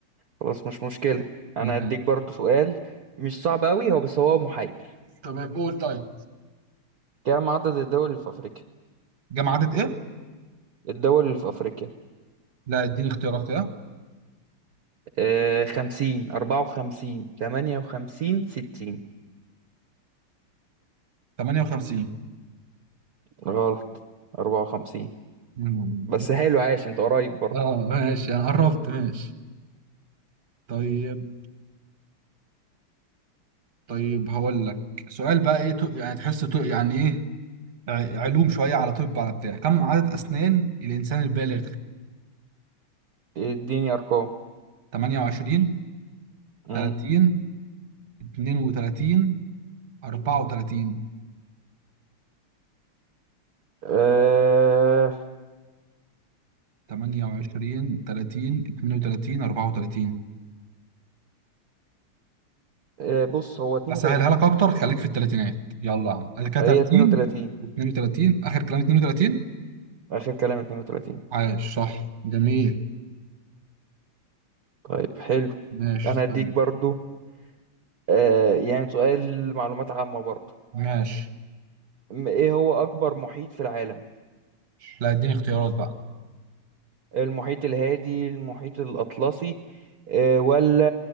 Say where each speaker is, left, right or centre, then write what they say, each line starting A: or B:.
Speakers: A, on the right; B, on the right.
A: خلاص مش مشكلة أنا
B: مكان.
A: هديك برضو سؤال مش صعب أوي هو بس هو محير
B: تمام قول طيب
A: كام عدد الدول اللي في أفريقيا
B: جمع عدد ايه؟
A: الدول اللي في أفريقيا
B: لا اديني اختيارات كده
A: آه 50 54 58 60
B: 58
A: غلط 54
B: مم.
A: بس حلو عاش انت قريب برضه
B: اه ماشي انا قربت ماشي طيب طيب هقول لك سؤال بقى ايه تو- يعني تحسه تو- يعني ايه ع- علوم شويه على طب على بتاع كم عدد اسنان الانسان البالغ
A: اديني ارقام
B: 28
A: امم
B: 30 32 34
A: أه
B: 28 30 32 34
A: أه بص هو 32
B: اسهلها لك اكتر خليك في الثلاثينات يلا يا عم ادي كده
A: هي
B: 30
A: 32
B: و32 اخر كلام 32
A: اخر كلام 32
B: عاش صح جميل
A: طيب حلو
B: ماشي
A: انا
B: استنى.
A: هديك برضو أه يعني سؤال معلومات عامة برضو
B: ماشي
A: م- ايه هو اكبر محيط في العالم
B: لا اديني اختيارات بقى
A: المحيط الهادي المحيط الاطلسي أه ولا